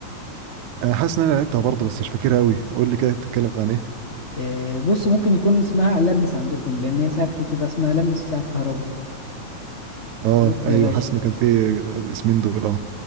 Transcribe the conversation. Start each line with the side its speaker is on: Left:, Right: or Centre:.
Right: انا حاسس ان انا لعبتها برضه بس مش فاكرها قوي قول لي كده بتتكلم عن ايه
Left: آه بص ممكن يكون اسمها لمس عندكم لان هي ساعة كنت بتبقى اسمها لمس ساعة كهربا
Right: اه
Left: بص
Right: ايوه
Left: يا باشا
Right: حاسس ان كان في الاسمين دول اه